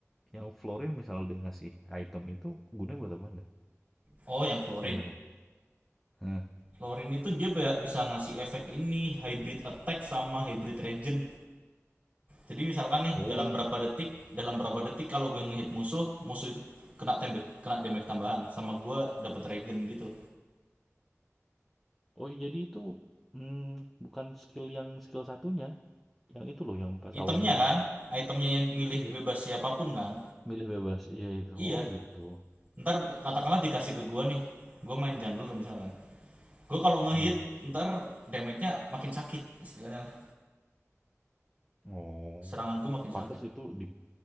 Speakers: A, in the centre; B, on the right (about 25°).
A: yang Florin misalnya dia ngasih item itu gunanya buat apa anda
B: Oh, yang Florin.
A: sebenarnya Hah.
B: Florin itu dia bisa ngasih efek ini hybrid attack sama hybrid regen. Jadi misalkan nih
A: oh
B: dalam berapa detik, dalam berapa detik kalau gue ngehit musuh, musuh itu kena tembak, kena damage tambahan sama gue dapet regen gitu.
A: oh jadi itu hmm, bukan skill yang skill satunya yang itu loh yang pas awal
B: Itemnya
A: match
B: kan, itemnya yang milih
A: iya
B: bebas siapapun kan.
A: milih bebas iya itu
B: Iya.
A: oh gitu
B: Ntar katakanlah dikasih ke gue nih, gue main jungler misalkan. Gue kalau ngehit,
A: hmm
B: ntar damage-nya makin sakit istilahnya lah.
A: oh,
B: Serangan gue makin
A: pantas
B: sakit.
A: itu di